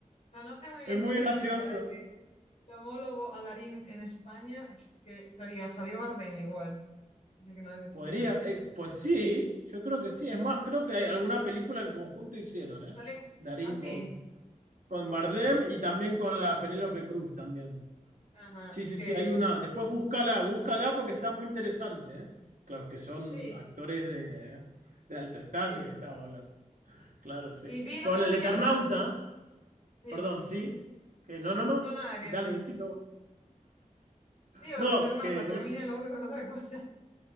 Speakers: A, on the left (about 60°); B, on the right (about 80°).
A: O sea, no sé muy bien
B: Es muy
A: cuál es
B: gracioso.
A: el equivalente Camólogo a Darín en España, que sería Javier Bardem igual, es el que no decepciona.
B: Podría, eh, pues sí, yo creo que sí. Es más, creo que hay alguna película en conjunto hicieron, ¿eh?
A: Salen
B: Darín
A: así.
B: con, con Bardem y también con la Penélope Cruz también.
A: Ajá,
B: Sí,
A: es
B: sí,
A: que
B: sí, hay una. Después búscala, búscala porque está muy interesante, ¿eh? Claro, es que son
A: sí,
B: actores de, de alto standing,
A: sí.
B: estaba hablando. Claro, sí.
A: Y vi el
B: por
A: otro
B: el Eternauta,
A: día una, sí,
B: perdón, sí. Que no, no, no.
A: no nada que
B: Dale,
A: decir.
B: decime vos.
A: Sí, o
B: No,
A: del Eternauta,
B: que
A: termina y luego te cuento otra cosa.